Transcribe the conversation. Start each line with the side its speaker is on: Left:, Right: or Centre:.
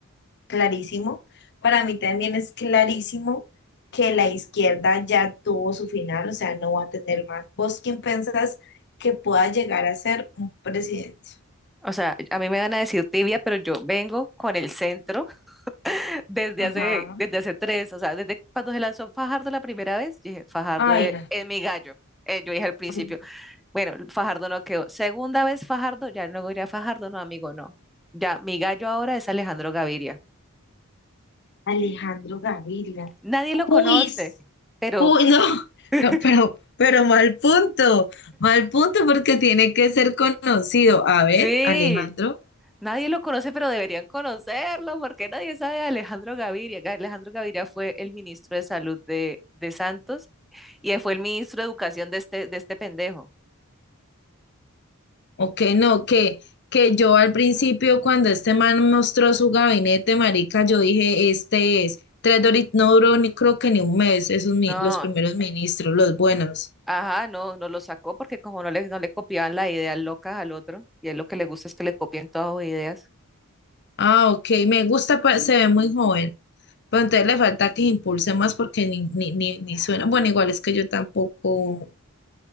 Left: clarísimo. Para mí también es clarísimo que la izquierda ya tuvo su final, o sea, no va a tener más. ¿Vos quién pensás que pueda llegar a ser un presidente?
Centre: O sea, a mí me van a decir tibia, pero yo vengo con el centro <laughs> desde
Left: Ajá.
Centre: hace, desde hace tres, o sea, desde cuando se lanzó Fajardo la primera vez, dije, Fajardo
Left: Ay,
Centre: es
Left: no.
Centre: es mi gallo. Eh, yo dije al principio
Left: ajá.
Centre: Bueno, Fajardo no quedó. Segunda vez Fajardo, ya luego iría Fajardo, no, amigo, no. Ya, mi gallo ahora es Alejandro Gaviria.
Left: Alejandro Gaviria.
Centre: Nadie lo
Left: Juiz,
Centre: conoce, pero
Left: ju- <laughs> no,
Centre: <laughs>
Left: no, pero, pero mal punto, mal punto porque tiene que ser conocido. A ver,
Centre: sí,
Left: Alejandro,
Centre: nadie lo conoce, pero deberían conocerlo, porque nadie sabe de Alejandro Gaviria. Ga- Alejandro Gaviria fue el ministro de Salud de, de Santos y él fue el ministro de Educación de este, de este pendejo.
Left: o que no, que, que yo al principio cuando este man mostró su gabinete, marica, yo dije, este es, tres Doritos, no duró ni creo que ni un mes, esos mi-
Centre: No,
Left: los primeros ministros, los buenos.
Centre: ajá, no, no lo sacó porque como no le, no le copiaban las ideas locas al otro, y a él lo que le gusta es que le copien todas sus ideas.
Left: Ah, ok, me gusta, pa- se ve muy joven, pero entonces le falta que impulse más porque ni, ni, ni, ni suena, bueno, igual es que yo tampoco.